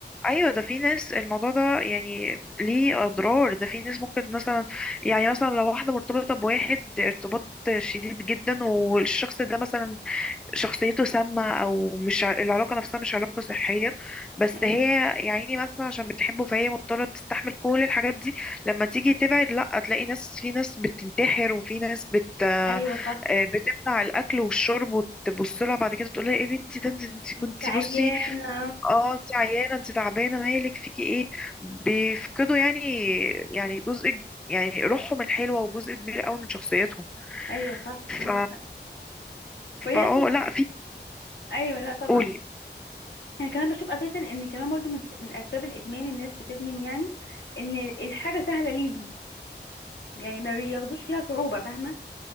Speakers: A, in the centre; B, on the left (about 80°).
A: ايوه ده في ناس الموضوع ده يعني ليه اضرار ده في ناس ممكن مثلا يعني مثلا لو واحده مرتبطه بواحد ارتباط شديد جدا والشخص ده مثلا شخصيته سامة أو مش ع- العلاقة نفسها مش علاقة صحية بس
B: ايوه
A: هي يا عيني مثلا عشان بتحبه فهي مضطرة تستحمل كل الحاجات دي لما تيجي تبعد لأ تلاقي ناس في ناس بتنتحر وفي ناس بت آه،
B: ايوه صح
A: بتمنع الأكل والشرب وتبص لها بعد كده تقول لها ايه بنتي ده انت انت
B: انت
A: كنتي
B: عيانه
A: بصي اه انت عيانة انت تعبانة مالك فيكي ايه بيفقدوا يعني يعني جزء يعني روحهم الحلوة وجزء كبير قوي من شخصيتهم
B: ايوه صح
A: ف
B: عندك حق وهي
A: فا اه
B: أصلاً-
A: لأ في
B: ايوه لا طبعا
A: قولي
B: انا كمان بشوف اساسا ان كمان برضه من من اسباب الادمان الناس بتدمن يعني ان الحاجه سهله ليهم يعني ما بياخدوش فيها صعوبه فاهمه